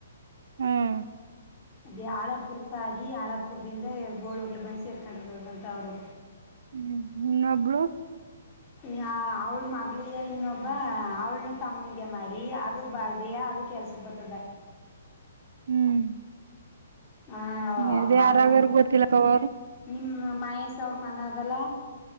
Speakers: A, on the right; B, on the left.
A: ಹ್ಮ್
B: ಅದೇ ಆಳಪುರಕ್ಕಾಗಿ ಆಳಾಪುರದಿಂದ ಗೋಳರ್ಲಿ ಬಂದ ಸೆರ್ಕೊಂಡರದಂತ ಅವ್ರು
A: ಹ್ಮ್ ಇನ್ನೊಬ್ಳು
B: ಯಾ ಅವ್ಳ ಮಗಳಿಗೆ ಇನ್ನೊಬ್ಬ ಅವ್ಳನು ತಮ್ಮನ್ಗೆ ಮಾಡಿ ಅದು ಬಾಳದೆಯ ಅದು ಕೆಲ್ಸ ತುಬತ್ತದ
A: ಹ್ಮ್
B: ಹಾ ವ
A: ಅದ
B: ಮನ್ಮ
A: ಯಾರಾಗಾರ ಗೊತ್ತಿಲ್ಲಕ್ಕ ಅವರು
B: ನಿಮ್ ಮಹೇಶ್ ಅವ್ರ ಮನದಲ್ಲ